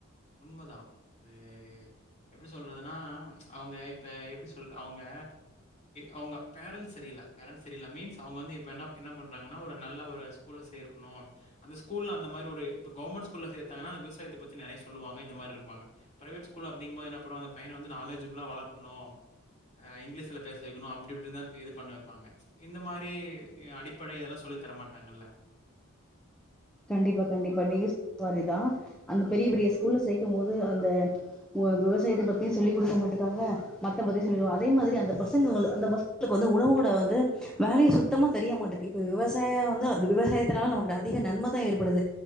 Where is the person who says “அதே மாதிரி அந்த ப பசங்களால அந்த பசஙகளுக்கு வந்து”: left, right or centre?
Centre